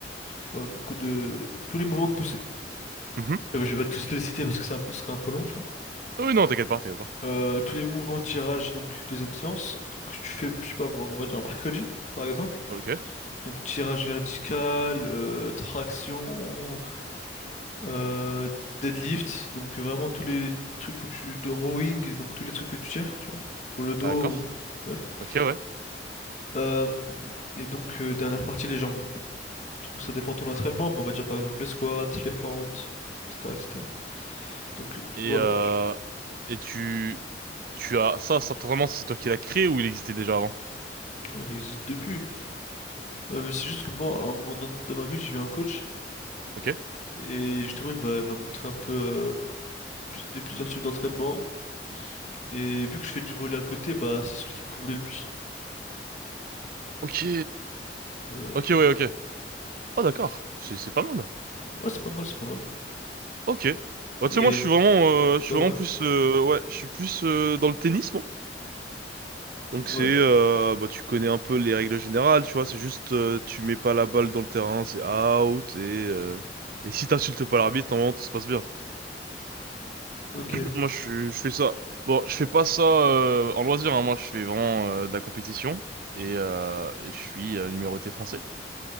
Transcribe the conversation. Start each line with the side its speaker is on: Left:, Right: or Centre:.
Left: tu vois, beaucoup de tous les mouvements de poussée.
Right: Mhm.
Left: Euh, Je vais pas tous les citer parce que c'est un peu, ce serait un peu long, tu vois.
Right: Oui, non, t'inquiète pas, t'inquiète pas.
Left: Euh, tous les mouvements tirage, donc deuxième séance, que tu fais, je sais pas moi, on va dire mercredi, par exemple.
Right: Ok.
Left: Donc tirage vertical, euh, traction, euh, deadlift, donc vraiment tous les trucs où tu... de rowing, donc tous les trucs que tu tires, tu vois, pour le dos,
Right: D'accord.
Left: ou- bref.
Right: Ok, ouais.
Left: Euh, et donc euh, dernière partie, les jambes. Donc ça dépend de ton entraînement, mais on va dire par exemple les squats, les fentes, etc., etc. Donc euh,
Right: Et
Left: voilà,
Right: euh...
Left: tu...
Right: Et tu... Tu as... Ça, cet entraînement, c'est toi qui l'as créé ou il existait déjà avant?
Left: non, il existe depuis. Euh, mais c'est juste que moi, à un moment donné dans ma vie, j'ai eu un coach.
Right: Ok.
Left: Et justement, il m'a m'a montré un peu euh, plus- les plusieurs types d'entraînement. Et vu que je fais du volley à côté, bah c'est celui qui me convenait le plus.
Right: Ok.
Left: Euh, ouais,
Right: Ok, ouais, ok. Ah, d'accord. C'est c'est pas mal.
Left: Ouais, c'est pas mal, c'est pas mal.
Right: Ok. Bah,
Left: Et,
Right: tu sais, moi, je suis vraiment... euh,
Left: et
Right: Je
Left: toi,
Right: suis vraiment
Left: ouais.
Right: plus... euh, Ouais, je suis plus euh, dans le tennis, moi. Donc
Left: Ouais,
Right: c'est, euh, bah, tu connais un peu les règles générales, tu vois, c'est juste euh, tu mets pas la balle dans le terrain, c'est out, et, euh, et si t'insultes pas l'arbitre, normalement tout se passe bien.
Left: ok,
Right: Moi je, suis- je fais ça. Bon, je fais pas ça euh, en loisir, hein. Moi je fais vraiment euh, de la compétition, et, euh, et je suis euh, numéroté français.